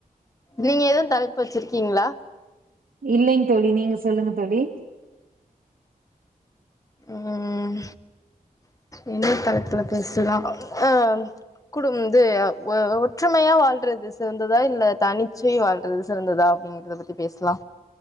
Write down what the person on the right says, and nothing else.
இல்லைங் தோழி நீங்க சொல்லுங்க தோழி